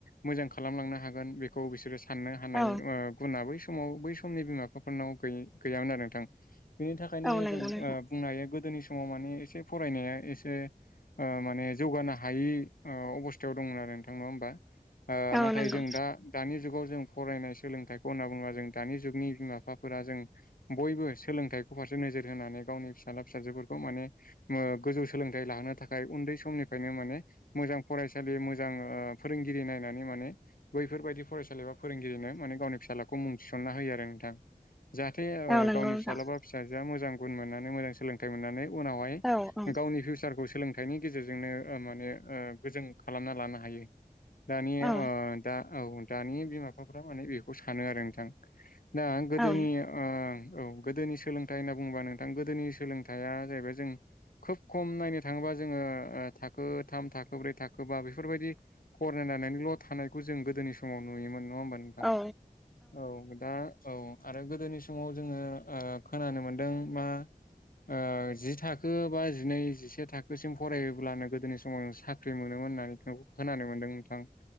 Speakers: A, on the left (about 70°); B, in the centre.
A: मोजां खालामलांनो हागोन बे खौ बिसोरो साननो हानाय
B: औ
A: गुनाबो समाव बै समनि बिमा बिफाफोरनाव गै गैयामोन आरो नोंथां बेनि थाखायनो
B: औ नंगौ
A: जों ओ
B: नोंथां
A: बुंनो हायो गो गोदोनि समाव माने एसे फरायनाया एसे ओ माने जौगानो हायि ओ अबस्थायाव दंमोन आरो नोंथां नङा होमबा? ओ
B: औ
A: नाथाय
B: नंगौ
A: जों दा दानि जुगाव जों फरायनाय सोलोंथाइखौ होनना बुङोबा जों दानि जुगनि बिमा बिफाफोरा जों बयबो सोंलों सोलोंथाइ फारसे नोजोर होनानै गावनि फिसाला फिसाजोफोरखौ माने ओ गोजौ सोलोंथाइ लाहोननो थाखाय उन्दै सम समनिफ्रायनो माने मोजां फरायसालि मोजां ओ फोरोंगिरि नायनानै माने बैफोरबायदि फरायसालि एबा फोरोंगिरिनो माने गावनि फिसालाखौ मुं थिसनना होयो आरो नोंथां। जाहाथे ओ
B: औ नंगौ
A: गावनि
B: नोंथां
A: फिसाला बा फिसाजोआ मोजां गुन मोननानै मोजां सोलोंथाइ मोननानै उनावहाय
B: औ औ
A: गावनि फिउचारखौ सोलों थाइनि गेजेरजोंनो ओ माने ओ गोजों खालामना लानो हायो। दानि
B: औ
A: ओ दा औ दानि बिमा बिफाफ्रा माने बेखौ सानो आरो नोंथां। दा गोदोनि
B: औ
A: आ औ गोदोनि सोलोंथाइ होनना बुंङोबा नोंथां गोदोनि सोलोंथाइआ जाहैबाय जों खोब खम नायनो थाङोबा जोङो ओ थाखो थाम थाखो ब्रै थाखो बा बेफोरबायदि फराय नानैल' थानायखौ जों गोदोनि समाव नुयोमोन नङा होमबा नोंथां
B: औ
A: औ दा औ आरो गोदोनि समाव जोङो ओ खोनानो मोनदों मा ओ जि थाखो बा जिनै जिसे थाखोसिम फरायोब्लानो गोदोनि समाव साख्रि मोनोमोन होननायखौ खोनानो मोनदों नोंथां।